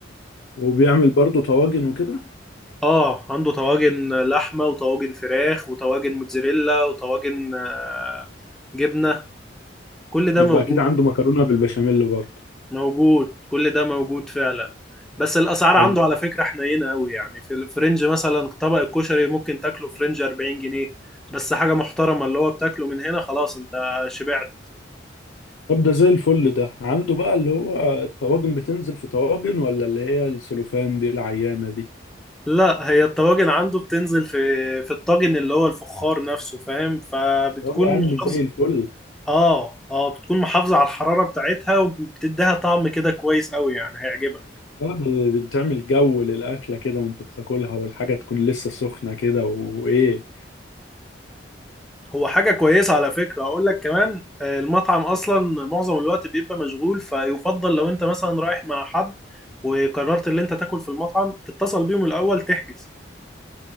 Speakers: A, on the left (about 85°); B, in the centre.
A: وبيعمل برضو طواجن وكده
B: اه عنده طواجن لحمه وطواجن فراخ وطواجن موتزاريلا وطواجن آه، جبنه كل ده
A: يبقى
B: موجود
A: اكيد عنده مكرونه بالبشاميل برضه
B: موجود كل ده موجود فعلا بس الاسعار
A: طب
B: عنده على فكره حنينه قوي يعني في الفرنج مثلا طبق الكشري ممكن تاكله فرنج 40 جنيه بس حاجه محترمه اللي هو بتاكله من هنا خلاص انت شبعت
A: طب ده زي الفل ده عنده بقى اللي هو الطواجن بتنزل في طواجن ولا اللي هي السلوفان دي العيانه دي
B: لا هي الطواجن عنده بتنزل في في الطاجن اللي هو الفخار نفسه فاهم فبتكون
A: طب يا عم
B: محافظة
A: زي الفل
B: اه اه بتكون محافظة على الحرارة بتاعتها وبتديها طعم كده كويس قوي يعني هيعجبك
A: اه ده دي بتعمل جو للاكله كده وانت بتاكلها والحاجه تكون لسه سخنه كده وايه
B: هو حاجة كويسة على فكرة أقول لك كمان آه، المطعم أصلا معظم الوقت بيبقى مشغول فيفضل لو أنت مثلا رايح مع حد وقررت اللي أنت تاكل في المطعم تتصل بيهم الأول تحجز